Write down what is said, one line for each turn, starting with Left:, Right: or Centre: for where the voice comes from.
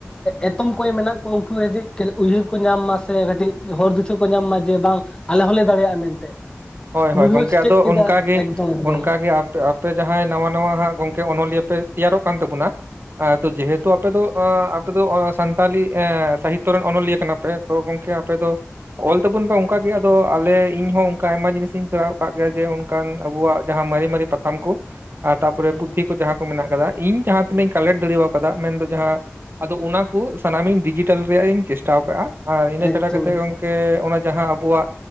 Left: ᱮᱛᱚᱢ ᱠᱚᱸᱭᱮ ᱢᱮᱱᱟᱜ ᱠᱚᱣᱟ ᱩᱱᱠᱩ ᱟᱹᱰᱤ ᱩᱛᱟᱹᱨ ᱩᱭᱦᱟᱹᱨ ᱠᱚ ᱧᱟᱢ ᱢᱟ ᱥᱮ ᱠᱚ ᱠᱟᱹᱴᱤᱡ ᱦᱚᱨ ᱫᱤᱥᱟᱹ ᱠᱚ ᱧᱟᱢ ᱢᱟ ᱡᱮ ᱵᱟᱝ ᱟᱞᱮ ᱦᱚᱸᱞᱮ ᱫᱟᱲᱮᱭᱟᱜᱼᱟ ᱢᱮᱱᱛᱮ,
Right: ᱦᱳᱭ ᱦᱳᱭ
Left: ᱱᱩᱭ ᱦᱚᱸ
Right: ᱜᱚᱝᱠᱮ
Left: ᱥᱮᱪᱮᱫ
Right: ᱟᱫᱚ
Left: ᱠᱮᱫᱟ
Right: ᱚᱱᱠᱟᱜ ᱜᱮ
Left: ᱮᱠᱫᱚᱢ ᱮᱠᱫᱚᱢ
Right: ᱚᱱᱠᱟᱜᱮ, ᱛᱚ, ᱟᱯᱮ ᱡᱟᱦᱟᱸᱭ ᱱᱟᱣᱟ ᱱᱟᱣᱟ ᱦᱟᱸᱜ ᱜᱚᱝᱠᱮ ᱚᱱᱚᱞᱤᱭᱟᱹ ᱯᱮ ᱛᱮᱭᱟᱨᱚᱜ ᱠᱟᱱ ᱛᱟᱵᱚᱱᱟ ᱮᱸ ᱛᱚ ᱡᱮᱦᱮᱛᱩ ᱟᱯᱮ ᱫᱚ ᱟᱯᱮ ᱫᱚ ᱥᱟᱱᱛᱟᱞᱤ ᱥᱟᱦᱤᱛᱛᱚ ᱨᱮᱱ ᱚᱱᱚᱞᱤᱭᱟᱹ ᱠᱟᱱᱟ ᱯᱮ, ᱛᱚ ᱜᱚᱝᱠᱮ ᱟᱯᱮ ᱫᱚ ᱚᱞ ᱛᱟᱵᱚᱱ ᱯᱮ ᱚᱝᱠᱟ ᱜᱮ ᱟᱫᱚ ᱟᱞᱮ ᱤᱧ ᱦᱚᱸ ᱚᱝᱠᱟ ᱟᱭᱢᱟ ᱡᱤᱱᱤᱥᱤᱧ ᱠᱚᱨᱟᱣ ᱟᱠᱟᱫ ᱜᱮᱭᱟ ᱡᱮ ᱚᱱᱠᱟᱱ ᱟᱵᱚᱣᱟᱜ ᱡᱟᱦᱟᱸ ᱢᱟᱨᱮ ᱢᱟᱨᱮ ᱯᱟᱛᱷᱟᱢ ᱠᱚ ᱟᱨ ᱛᱟᱯᱚᱨᱮ
Left: ᱮᱠᱫᱚᱢ
Right: ᱯᱚᱛᱷᱤ ᱠᱚ ᱡᱟᱦᱟᱸ ᱠᱚ ᱢᱮᱱᱟᱜ ᱠᱟᱫᱟ, ᱤᱧ ᱡᱟᱦᱟᱸ ᱛᱤᱱᱟᱹᱜ ᱤᱧ ᱠᱟᱞᱮᱠᱴ ᱫᱟᱲᱮ ᱠᱟᱫᱟ ᱢᱮᱱᱫᱚ ᱡᱟᱦᱟᱸ ᱟᱫᱚ ᱚᱱᱟ ᱠᱚ ᱥᱟᱱᱟᱢᱤᱧ ᱰᱤᱡᱤᱴᱮᱞ ᱨᱮᱭᱟᱜ ᱤᱧ ᱪᱮᱥᱴᱟᱣ ᱠᱟᱜᱼᱟ ᱟᱨ ᱤᱱᱟᱹ
Left: ᱮᱠᱫᱚᱢ
Right: ᱪᱷᱟᱰᱟ ᱠᱟᱛᱮᱫ ᱜᱚᱝᱠᱮ ᱚᱱᱟ ᱡᱟᱦᱟᱸ ᱟᱵᱚᱣᱟᱜ